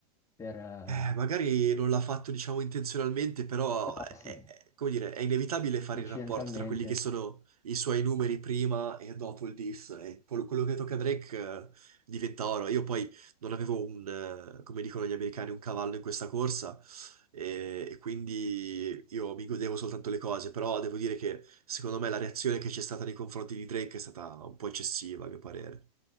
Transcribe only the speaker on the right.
Eh, magari non l'ha fatto, diciamo, intenzionalmente, però
è,
è- come dire, è inevitabile fare
il rapporto tra quelli che sono
i suoi numeri prima e dopo il diss. E quello quello che tocca a Drake, eh, diventa oro. Io poi non avevo un, eh, come dicono gli americani, un cavallo in questa corsa, e, e quindi io mi godevo soltanto le cose, però devo dire che secondo me la reazione che c'è stata nei confronti di Drake è stata un po' eccessiva, a mio parere.